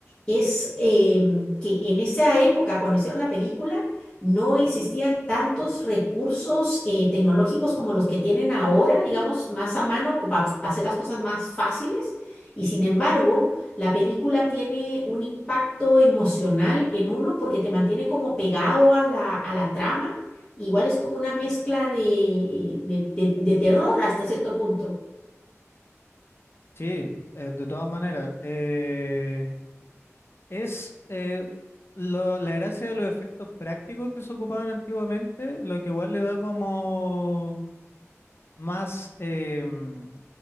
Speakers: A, on the left; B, on the left.
A: es em, que en esa época, cuando hicieron la película, no existían tantos recursos eh, tecnológicos como los que tienen ahora, digamos, más a mano, co- pa- para hacer las cosas más fáciles. Y sin embargo, la película tiene un impacto emocional en uno porque te mantiene como pegado a la, a la trama Igual es como una mezcla de, de, de- de terror hasta cierto punto.
B: Sí, eh, de todas maneras, eh, es eh, lo- la gracia de los efectos prácticos que se ocupaban antiguamente, lo que igual le da como más... em,